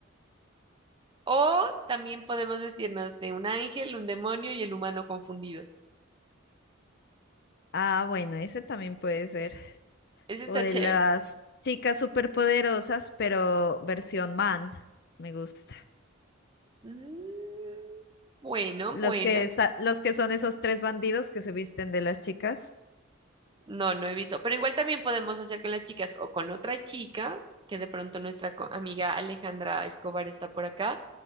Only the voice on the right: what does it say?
o también podemos vestirnos de un ángel, un demonio y el humano confundido.
Ese
está
chévere.
Mm, bueno,
bueno.
No, no he visto, pero igual también podemos hacer con las chicas o con otra chica, que de pronto nuestra co- amiga Alejandra Escobar está por acá.